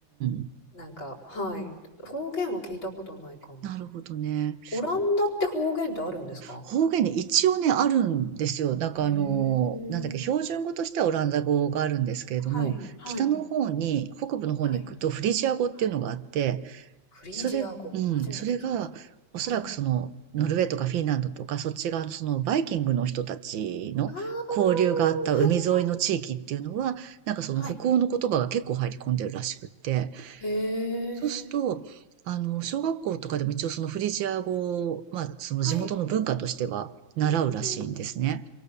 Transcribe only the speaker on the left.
なんか、はい。方言は聞いたことないかも。
オランダって方言ってあるんですか
へえ。
はい、はい、
はい、はい。フリージア語、
初めて聞いた。
はい。
ああ、はいはい。
はい。へえ。
はい。うーん。